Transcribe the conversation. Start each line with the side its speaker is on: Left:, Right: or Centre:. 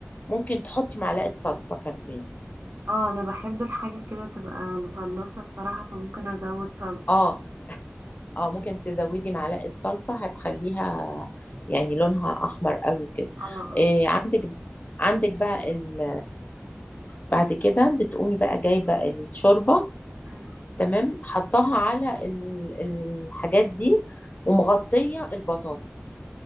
Left: ممكن تحطي معلقة صلصة كمان
Right: اه انا بحب الحاجة كده تبقى مصلصة بصراحة فممكن ازود صلصة
Left: اه اه ممكن تزودي معلقة صلصة هتخليها يعني لونها أحمر قوي كده
Right: اه اه
Left: إيه عندك عندك بقى ال بعد كده بتقومي بقى جايبة الشوربة
Right: مم،
Left: تمام حطها على ال- الحاجات دي ومغطية البطاطس